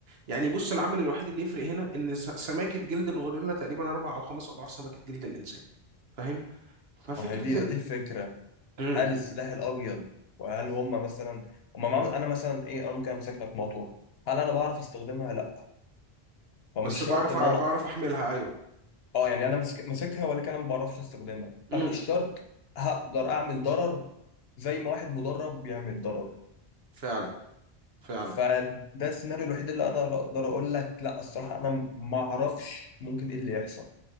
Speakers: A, on the right; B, on the left.
A: يعني بص العامل الوحيد اللي يفرق هنا ان س- سماكه جلد الغوريلا تقريبا اربع او خمس اضعاف سماكه جلد الانسان فاهم ففكره
B: ما هي دي
A: ان
B: دي الفكرة
A: امم
B: هل السلاح الأبيض وهل هم مثلا هم معاهم أنا مثلا إيه أنا ممكن أمسك لك مطوة هل أنا بعرف أستخدمها؟ لأ فمش
A: بس بعرف
B: شرط إن
A: أ-
B: أنا
A: بعرف احملها ايوه
B: اه يعني انا ماسك- ماسكها ولكن انا ما بعرفش استخدمها
A: امم
B: فانا مش شرط هقدر اعمل ضرر زي ما واحد مدرب بيعمل ضرر
A: فعلا فعلا
B: فده السيناريو الوحيد اللي انا اقدر اقول لك لا الصراحه انا ما اعرفش ممكن ايه اللي يحصل